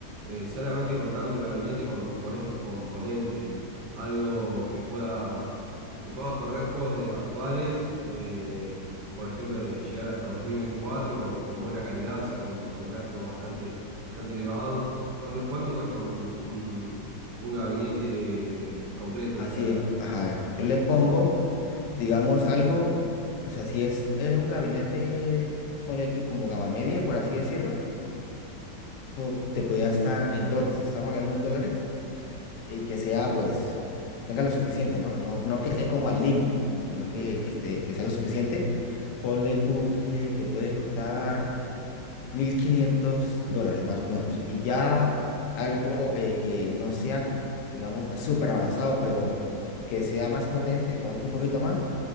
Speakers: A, on the right (about 75°); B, on the left (about 75°).
A: eh, solamente contando el gabinete con, con estos componentes? Algo que pueda, que pueda correr juegos de actuales, eh, por ejemplo, de llegar hasta 2024 con, con buena calidad, o sea, con, con gráficos bastante, bastante elevados. ¿Cuánto, cuánto cuesta un, un, un gabinete completo?
B: así
A: O sea, la,
B: es, ajá. Yo le pongo, digamos, algo, o sea, si es, es un gabinete, ponle tú como gama media, por así decirlo, po- te podría estar en dólares, estamos hablando en dólares, y que sea, pues, que tenga lo suficiente, ¿no? No, no que esté como al límite, sino
A: Mm.
B: que, que esté, que sea lo suficiente. Ponle tú que te puede costar. mil quinientos dólares más o menos. Y ya algo eh, que no sea, digamos, súper avanzado, pero que sea más potente, que aguante un poquito más,